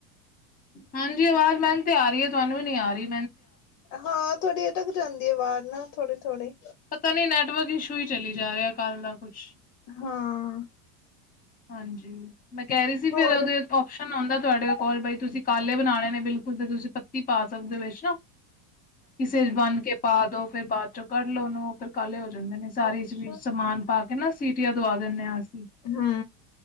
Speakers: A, on the left; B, on the left.
A: ਹਾਂਜੀ ਆਵਾਜ਼ ਮੈਨੂੰ ਤੇ ਆ ਰਹੀ ਐ, ਤੁਹਾਨੂੰ ਈ ਨੀ ਆ ਰਈ।
B: ਹਾਂ ਥੋੜੀ ਅਟਕ ਜਾਂਦੀ ਆ ਆਵਾਜ਼ ਨਾ ਥੋੜੀ-ਥੋੜੀ।
A: ਪਤਾ ਨੀ ਨੈਟਵਰਕ ਇਸ਼ੂ ਹੀ ਚਲੀ ਜਾ ਰਿਹਾ। ਕੱਲ ਦਾ ਕੁਛ
B: ਹਾਂ।
A: ਹਾਂਜੀ ਮੈਂ ਕਹਿ ਰਈ ਸੀ।
B: ਹੋਰ
A: ਫਿਰ ਉਹਦੇ ਓਪਸ਼ਨ ਆਉਂਦਾ ਤੁਹਾਡੇ ਕੋਲ ਬਈ ਤੁਸੀਂ ਕਾਲੇ ਬਣਾਉਣੇ ਨੇ ਬਿਲਕੁਲ ਤੇ ਤੁਸੀਂ ਪੱਤੀ ਪਾ ਸਕਦੇ ਹੋ ਵਿੱਚ ਨਾ
B: ਹਮ <inaudible>
A: ਕਿਸੇ ਚ ਬੰਨ ਕੇ ਪਾਦ ਦੋ ਫੇਰ ਬਾਅਦ ਚੋਂ ਕੱਢ ਲੋ। ਉਨੂੰ ਫਿਰ ਕਾਲੇ ਹੋ ਜਾਂਦੇ ਨੇ ਸਾਰੀ
B: ਅੱਛਾ
A: ਵਿੱਚ ਸਮਾਨ ਪਾ ਕੇ। ਇਨਾ ਸੀਟੀਆ ਦਵਾ ਦਿੰਨੇ ਆ ਅਸੀ।
B: ਹੂੰ